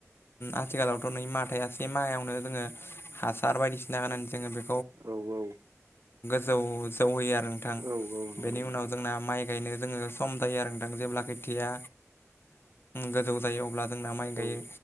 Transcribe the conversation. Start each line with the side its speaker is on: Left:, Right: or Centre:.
Left: आथिखालावथ' नै मा था से माहायावनो जोङो हासार बायदिसिना होनानै जोङो बे
Right: औ औ
Left: जौ जौहोयो आरो नोंथां
Right: औ नंगौ
Left: बेनि
Right: नोंथां
Left: उनाव जोंना माइ गायनो जोङो सम जायो आरो <unintelligible> जेब्ला खैथिया गोजौ जायो अब्ला जोंना माइ
Right: औ
Left: गायो